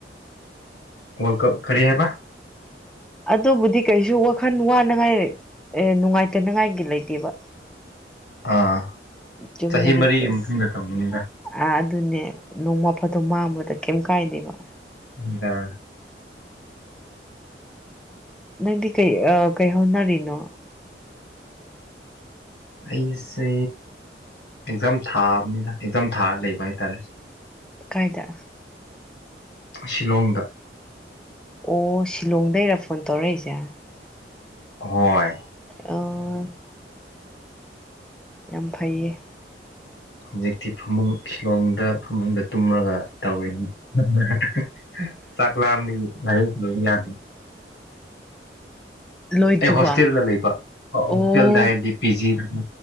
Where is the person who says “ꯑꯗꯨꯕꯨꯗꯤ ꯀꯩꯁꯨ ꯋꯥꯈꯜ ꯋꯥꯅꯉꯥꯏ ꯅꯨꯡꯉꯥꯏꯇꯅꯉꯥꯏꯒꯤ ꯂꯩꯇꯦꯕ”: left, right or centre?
Centre